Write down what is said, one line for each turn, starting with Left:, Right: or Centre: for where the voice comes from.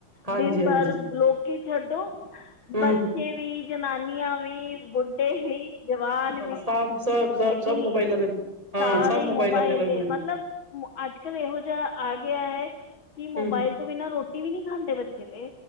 Right: ਹਾਂਜੀ
Left: ਦਿਨ
Right: ਹਾਂਜੀ
Left: ਭਰ ਲੋਕ ਲੋਕੀ ਛੱਡੋ।
Right: ਹਮ
Left: ਬੱਚੇ ਵੀ ਜ਼ਨਾਨੀਆਂ ਵੀ ਬੁੱਢੇ ਵੀ ਜਵਾਨ ਵੀ।
Right: ਸਪ ਸਭ। ਸਭ
Left: ਹੈਗੇ
Right: ਸਭ
Left: ਨੀ
Right: ਮੋਬਾਈਲਾਂ ਦੇ ਹਾਂ
Left: ਸਾਰੇ
Right: ਸਭ ਮੋਬਾਈਲਾਂ
Left: ਮੋਬਾਇਲ
Right: ਤੇ ਲੱਗ
Left: ਦੇ ਮਤਲੱਬ। ਅੱਜ ਕੱਲ੍ਹ ਇਹੋ ਜਿਹਾ ਆ ਗਿਆ ਹੈ ਕਿ
Right: ਹਮ
Left: ਮੋਬਾਇਲ। ਬਿਨਾਂ ਰੋਟੀ ਵੀ ਨੀ ਖਾਂਦੇ ਬੱਚੇ ਤੇ।